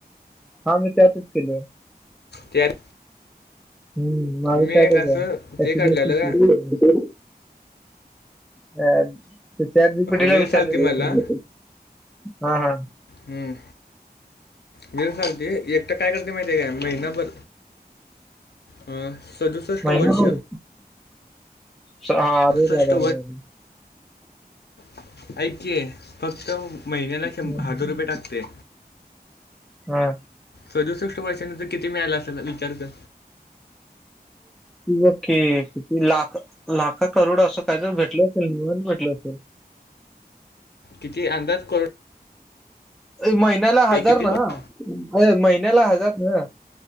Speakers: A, in the centre; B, on the left.
A: हा मी त्यातच केलोय.
B: त्यात
A: हं माझं
B: मी
A: त्यातच
B: एक असं
A: हाय.
B: ते
A: एचडीएफसी
B: काढलेलं
A: फ्लेक्स
B: का
A: ह्याच्या आधी पिढीला
B: रील्स
A: विचारलेलं.
B: आलती मला
A: हां हां.
B: हं मिरज सांगते एक आता काय करते माहिती आहे काय? महिनाभर अं सदुसष्ट
A: महिनाभर
B: वर्ष
A: सारे
B: सदुसष्ट
A: दादा रे
B: <inaudible> ऐक की, फक्त महिन्याला शंभ
A: हं,
B: हजार
A: हं.
B: रुपये टाकतय.
A: हां.
B: सदुसष्ट वर्षाानंतर किती मिळालं असल विचार कर?
A: व ओके किती लाख? लाखो करोड असं काहीतरी भेटलं असेल, निवांत भेटलं असेल.
B: किती? अंदाज कर
A: ये महिन्याला हजार
B: किती करो-
A: ना? होय महिन्याला हजार ना